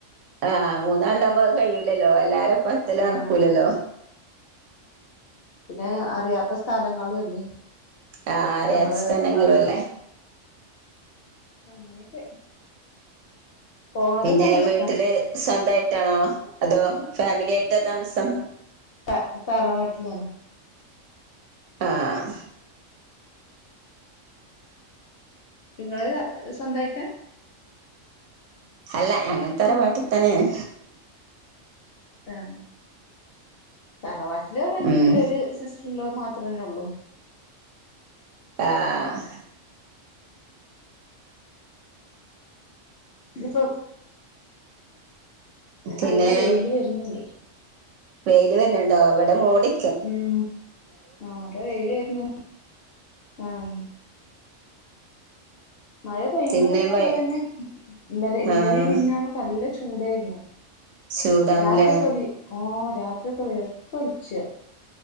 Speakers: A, on the right; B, on the left.
A: ആഹ് മൂന്നാള് ഉണ്ടാവുമ്പോ അത് കഴൂലല്ലോ എല്ലാരപ്പത്തലും
B: ആഹ്
A: നടക്കൂലല്ലോ.
B: പിന്നെ അറിയാത്ത സ്ഥലങ്ങളും അല്ലേ.
A: ആഹ് അറിയാത്ത
B: നമ്മള്
A: സ്ഥനങ്ങളും
B: ആഹ്
A: അല്ലേ.
B: അങ്ങനെയൊക്കെ പോണതൊക്കെ
A: പിന്നെ
B: നല്ല ഇഷ്ടാ
A: വീട്ടില് സ്വന്തായിട്ടാണോ അതോ ഫാമിലി ആയിട്ടാ താമസം.
B: ട്ട തറാവാട്ടിലാണ്.
A: ആഹ്
B: ഇങ്ങൾ സ്വന്തമായിട്ടാ.
A: അല്ല ഞങ്ങളും തറവാട്ടിൽ തന്നെണ്.
B: ആഹ് തറവാട്ടില് പറയാനൊന്നുല്ല
A: ഉം
B: ഒരു സിസ്റ്ററിൻ ലോ മാത്രന്നേ ഉള്ളൂ.
A: ആഹ്.
B: ഇഞ്ഞിപ്പോ. നല്ല
A: പിന്നെ
B: വെയില് വരുന്നുണ്ട്.
A: വെയില് വരുന്നുണ്ടോ ഇവിടെ മൂടി
B: ഉം ആ നല്ല വെയില് വരുന്നു ആഹ്. മഴ പെയ്യുന്നതൊക്കെ
A: പിന്നെ
B: നല്ലത്
A: വെ
B: തന്നെ ഇന്നലെ ഇന്നലിം
A: ആഹ്
B: മിഞ്ഞാന്നൊക്കെ നല്ല ചൂടായിരുന്നു.
A: ചൂടാണല്ലേ
B: രാത്രി ഓക്കെ വി ആഹ് രാത്രി ഒക്കെ വിയർത്തൊലിച്ച.